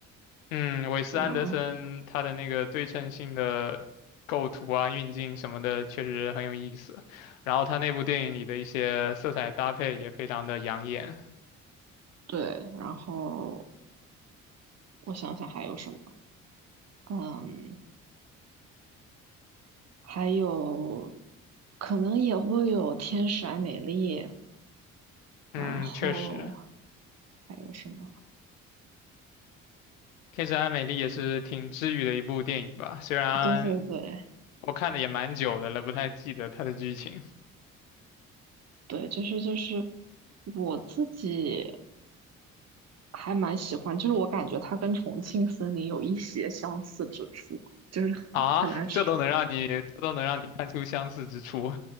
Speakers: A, on the left (about 75°); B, on the right (about 40°).
A: 嗯，韦斯安德森他的那个对称性的构图啊、
B: 嗯，
A: 运镜什么的，确实很有意思。然后他那部电影里的一些色彩搭配也非常的养眼。
B: 对，然后我想想还有什么。嗯，还有可能也会有天使爱美丽，
A: 嗯，
B: 然后
A: 确实，
B: 还有什么？
A: 《天使爱美丽》也是挺治愈的一部电影吧。虽然
B: 对对对
A: 我看的也蛮久的了，不太记得它的剧情
B: 对，就是就是我自己还蛮喜欢，就是我感觉它跟重庆森林有一些相似之处，就是 <laughs> 很很难说，
A: 啊，这都能让你，这都能让你看出相似之处。